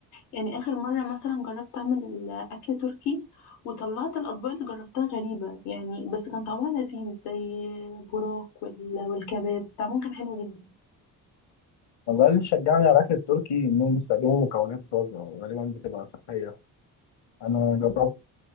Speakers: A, on the left; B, on the left.
A: يعني آخر مرة مثلا جربت أعمل أكل تركي وطلعت الأطباق اللي جربتها غريبة يعني بس كان طعمها لذيذ زي براك وال- والكباب طعمهم كان حلو جدا
B: والله اللي شجعني على الأكل التركي إنهم بيستخدموا مكونات طازة وغالبا بتبقى صحية أنا جربت